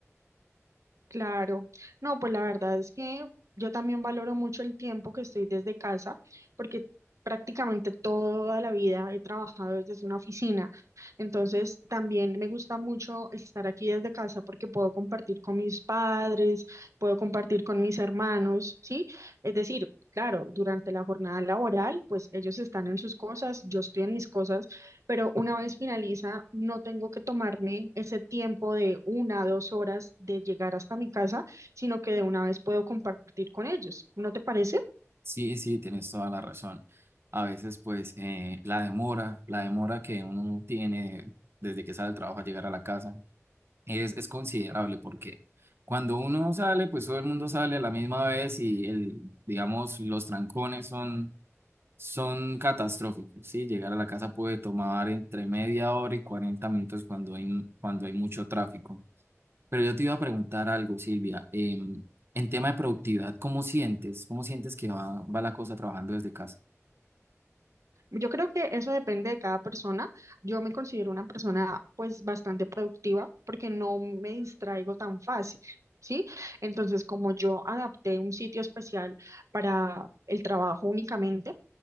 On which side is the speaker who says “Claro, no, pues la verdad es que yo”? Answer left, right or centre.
Right